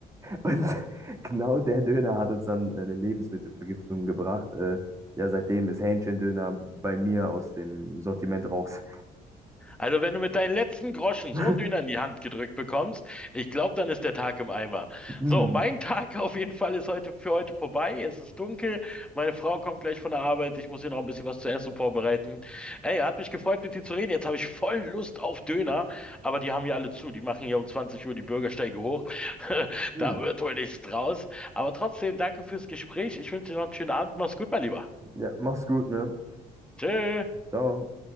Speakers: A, on the right; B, in the centre.
A: Und <laughs> genau der Döner hat uns dann äh, eine Lebensmittelvergiftung gebracht. Äh, ja, seitdem ist Hähnchendöner bei mir aus dem Sortiment raus.
B: Also wenn du mit deinen letzten Groschen
A: <laughs>
B: so einen Döner in die Hand gedrückt bekommst, ich glaube, dann ist der Tag im Eimer.
A: Hm,
B: So, mein <laughs> Tag auf jeden Fall ist heute für heute vorbei. Es ist dunkel. Meine Frau kommt gleich von der Arbeit. Ich muss ihr noch ein bisschen was zu essen vorbereiten. Ey, hat mich gefreut, mit dir zu reden. Jetzt habe ich voll Lust auf Döner, aber die haben hier alle zu. Die machen hier um 20 Uhr die Bürgersteige hoch. <laughs>
A: hm.
B: Da wird wohl nichts draus. Aber trotzdem, danke fürs Gespräch. Ich wünsche dir noch einen schönen Abend. Mach's gut, mein Lieber.
A: Ja, mach's gut, ne?
B: Tschö.
A: Ciao.